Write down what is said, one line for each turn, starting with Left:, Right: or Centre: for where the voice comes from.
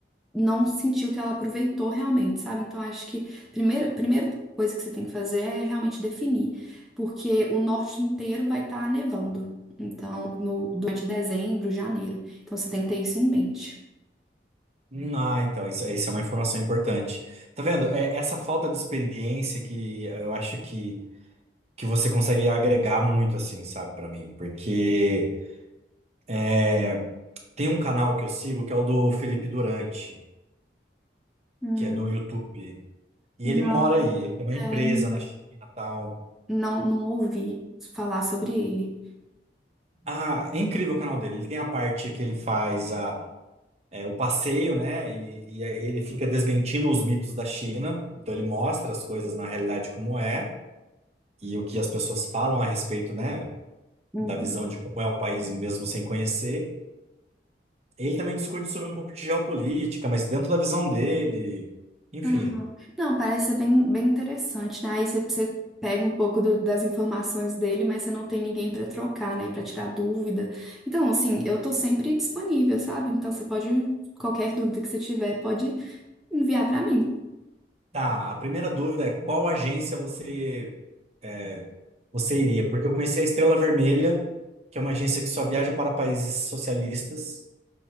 Centre: não sentiu que ela aproveitou realmente, sabe? Então, acho que primeiro, a primeira coisa que você tem que fazer é realmente definir, porque o norte inteiro vai estar nevando. Então, no, durante dezembro, janeiro. Então, você tem que ter isso em mente.
Right: Hum, Ah, então, isso, isso é uma informação importante. Tá vendo? É essa falta de experiência que eu acho que que você consegue agregar muito, assim, sabe, pra mim. Porque é, tem um canal que eu sigo que é o do Felipe Durante,
Centre: Hum.
Right: que é no YouTube. E
Centre: Não,
Right: ele mora aí, ele tem uma empresa
Centre: é,
Right: na China e tal.
Centre: não, não ouvi falar sobre ele.
Right: Ah, é incrível o canal dele. Ele tem a parte que ele faz a, é, o passeio, né? E, e aí ele fica desmentindo os mitos da China. Então ele mostra as coisas na realidade como é e o que as pessoas falam a respeito, né?
Centre: Uhum.
Right: Da visão de como é o país mesmo sem conhecer. Ele também discute sobre um pouco de geopolítica, mas dentro da visão dele. Enfim.
Centre: Aham. Não, parece ser bem, bem interessante, né? Aí você, você pega um pouco do- das informações dele, mas você não tem ninguém para trocar, né? Para tirar dúvida. Então, assim, eu tô sempre disponível, sabe? Então, você pode, qualquer dúvida que você tiver, pode enviar para mim.
Right: Tá, a primeira dúvida é qual agência você, é, você iria? Porque eu conheci a Estrela Vermelha, que é uma agência que só viaja para países socialistas,